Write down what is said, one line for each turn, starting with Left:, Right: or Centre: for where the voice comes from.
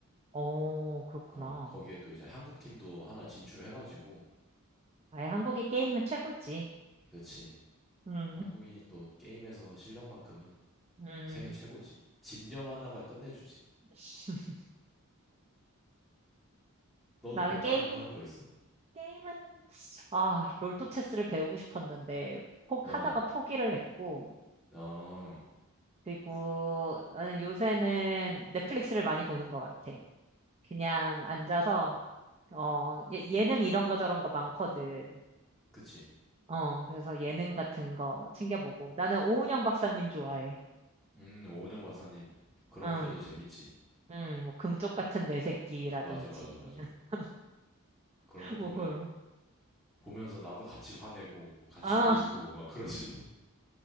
Right: 어, 그렇구나.
Centre: 어, 거기에 또 이제 한국 팀도 하나 진출을 해가지고
Right: 아예 한국이 게임은 최고지.
Centre: 그치.
Right: 음,
Centre: 한국인이 또 게임에서 실력만큼은
Right: 음.
Centre: 세계 최고지. 집념 하나가 끝내주지.
Right: <laughs>
Centre: 너는
Right: 나는
Centre: 뭐
Right: 게임,
Centre: 다른 거 하는 거 있어?
Right: 게임은, 아, 롤토체스를 배우고 싶었는데, 포, 하다가
Centre: 어,
Right: 포기를 했고,
Centre: 어,
Right: 그리고 나는 요새는 넷플릭스를 많이 보는 것 같아. 그냥 앉아서, 어, 예- 예능 이런 거 저런 거 많거든.
Centre: 그치.
Right: 어, 그래서 예능 같은 거 챙겨보고. 나는 오은영 박사님 좋아해.
Centre: 음, 오은영 박사님, 그런
Right: 응,
Centre: 프로도 재밌지.
Right: 응, 뭐, 금쪽 같은 내 새끼라든지.
Centre: 맞아, 맞아, 맞아.
Right: <laughs>
Centre: 그런 거 보면
Right: 뭐, 그런.
Centre: 보면서 나도 같이 화내고 뭐 같이
Right: 아,
Centre: 울고
Right: <laughs>
Centre: 막 그러시니